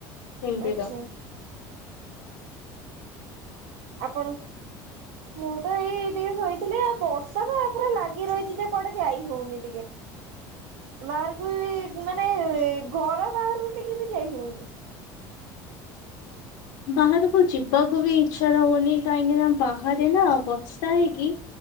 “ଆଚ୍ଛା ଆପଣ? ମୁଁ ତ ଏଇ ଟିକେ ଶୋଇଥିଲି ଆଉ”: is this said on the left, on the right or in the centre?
Right